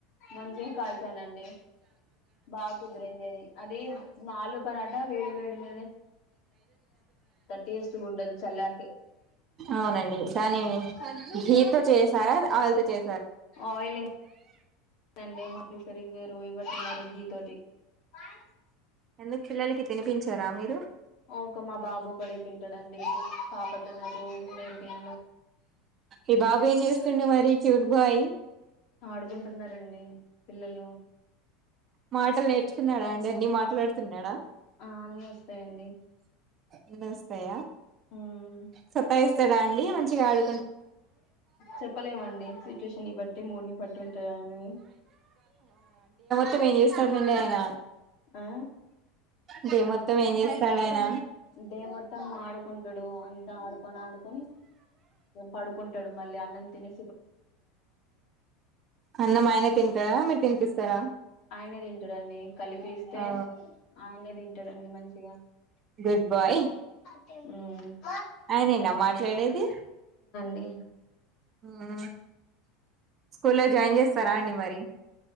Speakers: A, on the left (about 50°); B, on the right (about 35°).
A: మంచిగా కాల్చానండి బా కుదిరిందది అది ఆలూపర గ వేడివేడి ను టేస్ట్ ఉండదు చల్లారితే
B: అవునండి కానీ
A: ఉమ్
B: గీత్తో చేసారా అయి తుచే
A: ఆయిలింగ్ అండి మాకు రివరు ఎవర్ తినరు గీ తోటి అ
B: ఎందుకు పిల్లలకి తినిపించారా మీరు
A: ఒక మా బాబుక్కడే తింటాడండి పాపతినదు నేను తిన్నను
B: ఈ బాబు ఏం చేస్తుండే మరి చూడు దుబాయ్
A: ఆడుకుంటున్నారండి పిల్లలు
B: మాటలు నేర్చుకున్నాడా అండి అన్ని మాట్లాడుతున్నాడా
A: ఆ అన్నీ వస్తాయండి
B: అన్ని వస్తాయా
A: ఉమ్
B: సత్తయిస్ అండి మంచిగా ఆడు
A: చెప్పలేమండి సిచ్యుయేషన్ ని బట్టి మూడ్ ని బట్టి ఉంటదని
B: టాడ ఏం చేస్తున్నాడండి ఆయన
A: ఆ
B: డే మొత్తం ఏం చేస్తాడు ఆయన
A: డే మొత్తం ఆడుకుంటాడు అంతా ఆడుకొని ఆడుకొని పడుకుంటాడు మళ్ళీ అన్నం తినే
B: అన్నం ఆయనే తింటారా మీరు తినిపిస్త స్తరా
A: ఆయనే తింటాడు అండి కలిపిస్తే
B: ఆ
A: ఆయనే తి టండి మంచిగా
B: గుడ్ బాయ్
A: ఉమ్
B: అయనేనా మాట్లాడేది
A: ఎ
B: ఆ స్కూల్లో జాయిన్ చేస్తారా అండి మరి